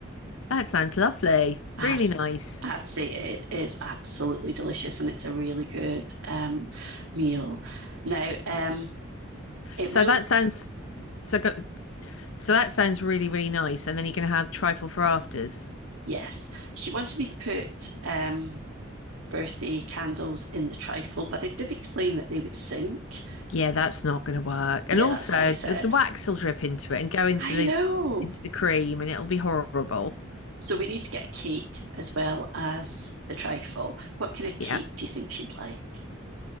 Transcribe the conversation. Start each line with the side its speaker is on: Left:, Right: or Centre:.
Left: That sounds lovely.
Right: i
Left: Really
Right: have to
Left: nice.
Right: I have to say it is absolutely delicious and it's a really good um, meal. Now, um, it
Left: So
Right: will
Left: that sounds so go, so that sounds really, really nice. And then you're gonna have trifle for afters.
Right: Yes, she wanted me to put um, birthday candles in the trifle, but I did explain that they would sink.
Left: Yeah, that's not gonna work. And
Right: Yeah,
Left: also
Right: that's what I said.
Left: the, the wax will drip into it and go into
Right: I
Left: the
Right: know.
Left: into the cream and it'll be horrible.
Right: So we need to get a cake as well as the trifle. What kind of cake
Left: Yeah.
Right: do you think she'd like?